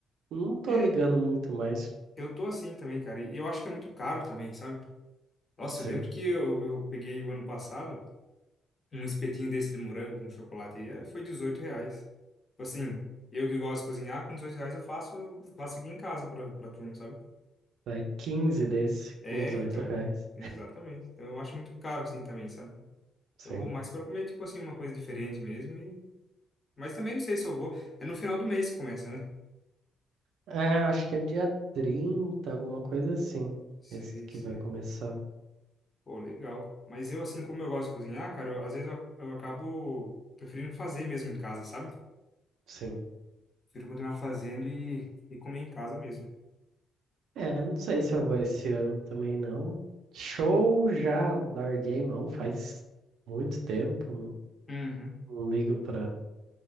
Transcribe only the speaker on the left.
É,
Eu tô assim também, cara. E eu acho que é muito caro também, sabe? Nossa,
eu lembro que eu, eu peguei o ano passado um espetinho desse de morango com chocolate e eh, foi 18 reais. Tipo Assim, eu que gosto de cozinhar, com 18 reais eu faço, faço aqui em casa pra, pra turma, sabe?
É,
então.
Exatamente. Então eu acho muito caro assim também, sabe? Então
eu vou mais pra comer, tipo assim, uma coisa diferente mesmo. E... Mas também não sei se eu vou. É no final do mês que começa, né?
Sei,
sei.
Pô, legal. Mas eu, assim, como eu gosto de cozinhar, cara, eu- às vezes eu, eu acabo preferindo fazer mesmo em casa, sabe?
Prefiro continuar fazendo e, e comer em casa mesmo.
Uhum.